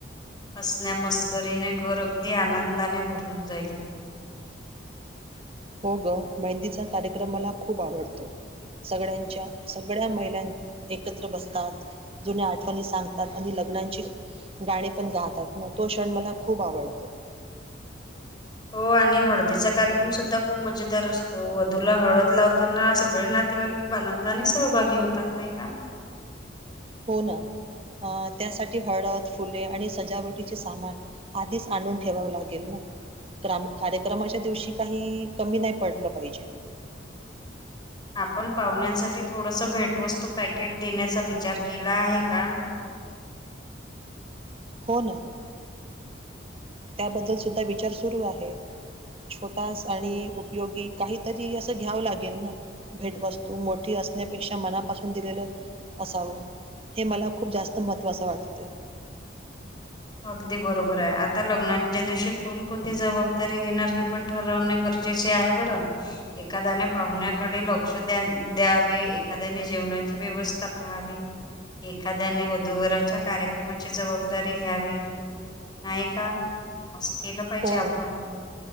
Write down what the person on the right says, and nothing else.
हो ग. मेहंदीचा कार्यक्रम मला खूप आवडतो. सगड्यांच्या सगड्या महिला एकत्र बसतात. जुन्या आठवणी सांगतात. आणि लग्नांची- गाणी पण गातात न? तो क्षण मला खूप आवडतो.
हो ना. त्यासाठी हळद, फुले आणि सजावटीचे सामान- आधीच आणून ठेवावं लागेल ना? तर आम कार्यक्रमाच्या दिवशी काही कमी नाही पडलं पाहिजे.
हो ना. त्याबद्दल सुद्धा विचार सुरू आहे. छोटा स आणि उपयोगी, काहीतरी असं घ्यावं लागेल ना? भेटवस्तू मोठी असण्यापेक्षा मनापासून दिलेलं असावं. हे मला खूप जास्त महत्त्वाचं वाटतय.
हो